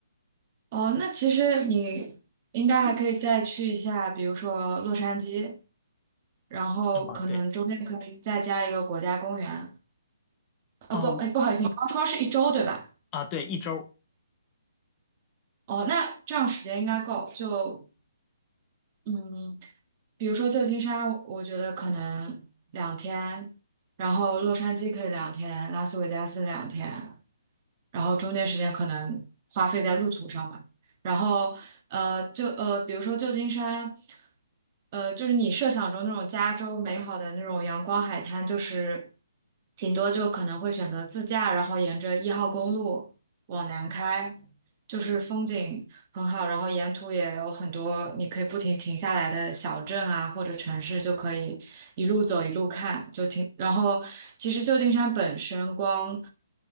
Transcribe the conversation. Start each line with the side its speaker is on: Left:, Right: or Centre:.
Right: 哦，那其实你应该还可以再去一下，比如说洛杉矶，然后可能中间可以再加一个国家公园。
Left: 啊，对，
Right: 呃，
Left: 哦
Right: 不，哎，不好意思，你刚说是一周对吧？
Left: 啊，对，一周。
Right: 哦，那这样时间应该够。就嗯，比如说旧金山，我觉得可能两天，然后洛杉矶可以两天，拉斯维加斯两天。然后中间时间可能花费在路途上吧。然后呃，就呃，比如说旧金山，呃，就是你设想中那种加州美好的那种阳光海滩，就是挺多就可能会选择自驾，然后沿着一号公路往南开，就是风景。很好，然后沿途也有很多你可以不停停下来的小镇啊，或者城市，就可以一路走一路看，就停。然后其实旧金山本身光